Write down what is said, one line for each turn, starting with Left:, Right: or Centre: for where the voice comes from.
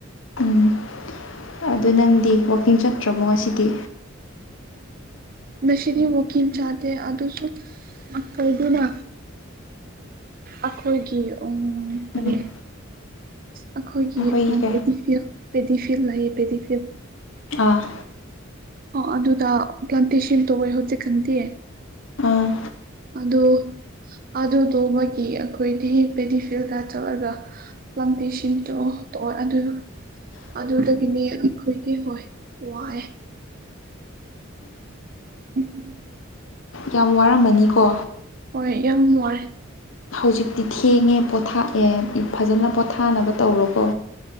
Left: ꯎꯝ ꯑꯗꯨ ꯅꯪꯗꯤ ꯋꯥꯛꯀꯤꯡ ꯆꯠꯇ꯭ꯔꯕꯣ ꯉꯁꯤꯗꯤ
Right: ꯅꯁꯤꯗꯤ ꯋꯥꯀꯤꯝ ꯆꯥꯗ ꯑꯗꯁꯨ ꯃꯈꯣꯏꯗꯨꯅ ꯑꯩꯈꯣꯏꯒꯤ ꯎꯝ ꯀꯔꯤ
Left: ꯎꯝ
Right: ꯑꯩꯈꯣꯏꯒꯤ
Left: ꯅꯈꯣꯏꯒꯤ ꯀꯩ
Right: ꯄꯦꯗꯤ ꯄꯦꯗꯤꯐꯤꯜ ꯂꯩꯌꯦ ꯄꯦꯗꯤꯐꯤꯜ
Left: ꯑ
Right: ꯑꯣ ꯑꯗꯨꯗ ꯄ꯭ꯂꯥꯟꯇꯦꯁꯟ ꯇꯧꯋꯦ ꯍꯧꯖꯤꯛꯀꯥꯟꯗꯤ
Left: ꯑꯥ
Right: ꯑꯗꯨꯗ ꯑꯗꯨꯗꯣ ꯃꯒꯤ ꯑꯩꯈꯣꯏꯗꯤ ꯄꯦꯗꯤꯐꯤꯜꯗ ꯆꯠꯂꯒ ꯄ꯭ꯂꯥꯟꯇꯦꯁꯟꯗꯣ ꯑꯗꯨ
Left: ꯎꯝ
Right: ꯑꯗꯨꯗꯒꯤꯅꯦ ꯑꯩꯈꯣꯏꯗꯤ ꯍꯣꯏ ꯋꯥꯑꯦ ꯎꯝ
Left: ꯌꯥꯝ ꯋꯥꯔꯝꯃꯅꯤꯀꯣ
Right: ꯍꯣꯏ ꯌꯥꯝ ꯋꯥꯏ
Left: ꯍꯧꯖꯤꯛꯇꯤ ꯊꯦꯡꯉꯦ ꯄꯣꯊꯥꯛꯑꯦ ꯐꯖꯅ ꯄꯣꯊꯥꯅꯕ ꯇꯧꯔꯣꯀꯣ